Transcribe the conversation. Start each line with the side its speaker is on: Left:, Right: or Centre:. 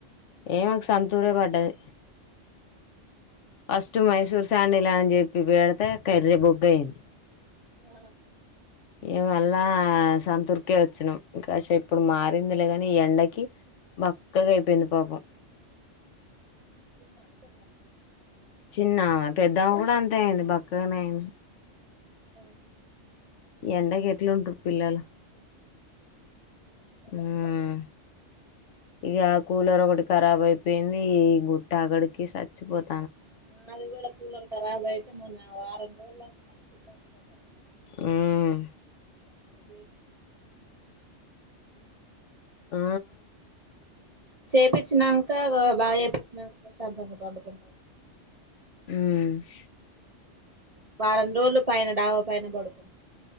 Left: ఏమకు సంతూరే పడ్డది ఫస్టు మైసూర్ సాండిల్ అని చెప్పి పెడితే కర్రె బొగ్ అయింది
Right: ఆ
Left: ఇవాళ్ళ సంతూర్ కే వచ్చినాను ఇంకా కాసేపు ఇప్పుడు మారింది లేగాని ఈ ఎండకి బక్కగా అయిపోయింది పాపం
Right: ద
Left: చిన్న పెద్దమ కూడా అంతే అయింది బక్కగానే అయింది
Right: ఆ
Left: ఈ ఎండకి ఎట్లా ఉంటారు పిల్లలు ఉమ్ ఇక కూలర్ ఒకటి కారాబ్ అయిపోయింది ఈ గుట్ట అగడికి చచ్చిపోతు
Right: మాది కూడా కూడా కూలర్ ఖరాబ్ ఆయతే మొన్న వారం మా వాళ్ళు అంత మస్ట్ ఇబ్బంది పడ్డాం
Left: మ్మ్
Right: అది
Left: ఆ
Right: చేపిచ్చినాక బాగా చేపిచ్చినాక ప్రశాంతంగా పండుకుంటుంది
Left: ఆమ్
Right: వారం రోజులు పైన డాబా పైన పడుకుంటు